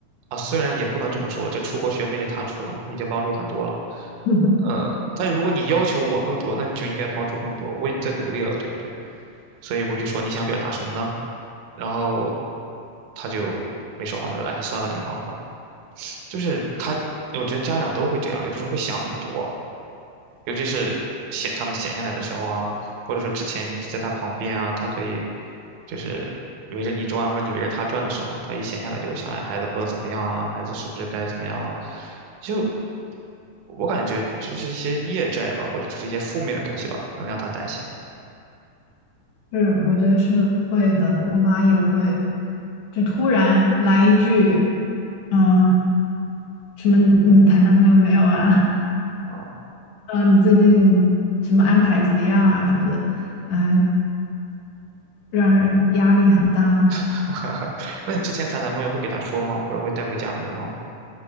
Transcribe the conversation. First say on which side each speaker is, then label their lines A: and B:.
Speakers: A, on the right; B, on the left.
A: 啊。虽然也不能这么说，这出国学费是他出的嘛，已经帮助很多了。
B: <laughs>
A: 呃，但是如果你要求我更多，那你就应该帮助更多。我已经在努力了，对不对？所以我就说你想表达什么呢？然后他就没说话，他说：“哎，算了，你忙吧。”就是他，我觉得家长都会这样，有的时候会想很多。尤其是闲他们闲下来的时候啊，或者说之前你就在他旁边啊，他可以就是围着你转啊，或者你围着他转的时候，他一闲下来就会想，哎，孩子过得怎么样啊？孩子是不是该怎么样了？就我感觉就是一些业债吧，或者就是一些负面的东西吧，可能让他担心
B: 是，我觉得是会的，我妈也会，就突然来一句，嗯、什么你你谈男朋友没有啊？<laughs>
A: 啊。
B: 嗯、你最近什么安排怎么样啊什么的，嗯，让人压力很大呢。
A: <laughs> 那你之前谈男朋友会给他说吗？或者会带回家门吗？